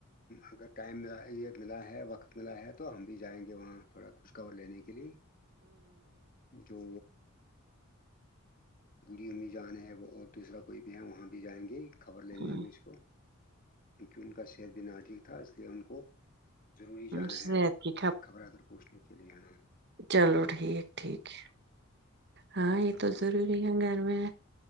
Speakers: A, on the left; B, on the right.
A: اگر ٹائم یہ ملا ہے وقت ملا ہے تو ہم بھی جائیں گے وہاں تھوڑا خوش خبر لینے کے لیے جو بوڑھی امی جان ہے اور دوسرا کوئی بھی ہے وہاں بھی جائیں گے خبر لے
B: ہمم
A: لے گے اس کو کیونکہ ان کا صحت بھی نہ ٹھیک تھا اس لیے ان کو ضروری جانا
B: صحت
A: ہے
B: کی
A: خبر ادر پوچھنے کے لیئے ہم
B: چلو ٹھیک ٹھیک ہے ہاں یہ تو ضروری ہے گھر میں